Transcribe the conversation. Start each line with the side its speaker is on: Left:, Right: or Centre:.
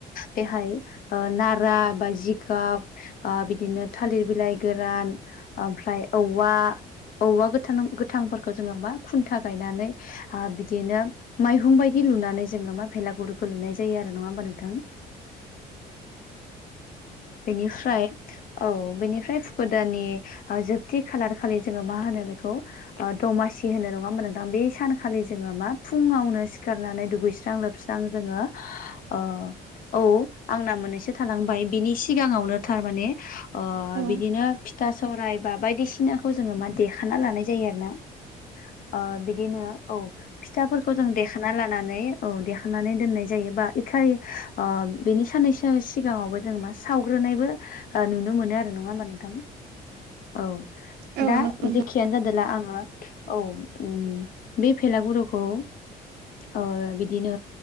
Left: बेहाय ओ नारा बा जिगाब ओ बिदिनो थालिर बिलाइ गोरान ओमफ्राय औवा औवा गोथां नां गोथांफोरखौ जोङो मा खुन्था गायनानै आ बिदिनो माइहुं बायदि लुनानै जोङो मा भेलागुरखौ लुनाय जायो आरो नङा होमबा नोंथां बेनिफ्राय औ बेनिफ्राय फुकु दाननि ओ जोबथि खालार खालि जोङो मा होनो बेखौ ओ दमासि होनो नङा होमबा नोंथां बे सान खालि जोङो मा फुङावनो सिखारनानै दुगैस्रां लोबस्रां जोङो अ औ आंना मोननैसो थालांबाय बेनि सिगाङावनो थारमाने ओ
Right: औ
Left: बिदिनो फिथा सौराय बा बायदिसिनाखौ जोङो मा देखाना लानाय जायो आरो ना ओ बिदिनो औ फिथाफोरखौ जों देखाना लानानै औ देखानानै दोननाय जायोबा इखालि ओ बेनि साननैसो सिगाङावबो जों मा सावग्रोनायबो ओ नुनो मोनो आरो नङा होमबा नोंथां औ
Right: औ
Left: दा
Right: नंगौ नोंथां
Left: जेखियानो जादोंला आङो औ उम बे भेलागुरुखौ ओ बिदिनो